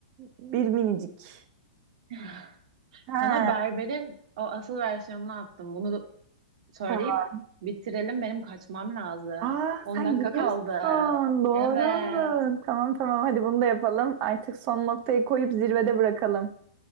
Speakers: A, on the right; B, on the right.
A: bir minicik.
B: <laughs> <sighs>
A: Ha
B: Sana berberin o asıl versiyonunu attım. Bunu söyleyip
A: Tamam.
B: bitirelim. Benim kaçmam lazım.
A: Aa
B: 10
A: sen
B: dakika
A: gidiyorsun.
B: kaldı.
A: Doğru.
B: Evet.
A: Tamam tamam hadi bunu da yapalım. Artık son noktayı koyup zirvede bırakalım.